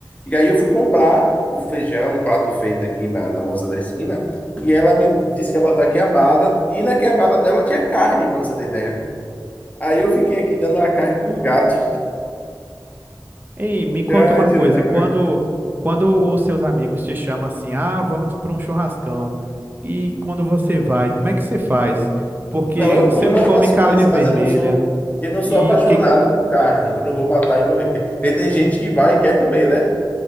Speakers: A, on the left; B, on the right.
A: E aí eu fui comprar o feijão, um prato feito aqui na, na moça da esquina, e ela me disse que ia botar quiabada, e na quiabada dela tinha carne, para você ter ideia. Aí eu fiquei aqui dando a carne por gato,
B: Ei,
A: <laughs>
B: me conta
A: Ai,
B: uma
A: tirando
B: coisa,
A: a
B: quando
A: carne.
B: quando os seus amigos te chamam assim, ah, vamos para um churrascão, e quando você vai, como é que você faz? Porque
A: Não, eu
B: você
A: como
B: não
A: algumas
B: come carne
A: coisas,
B: vermelha
A: mas eu não sou eu não sou
B: e
A: apaixonado
B: que
A: por carne. Eu não vou matar e morrer. Porque tem gente que vai e quer comer, né?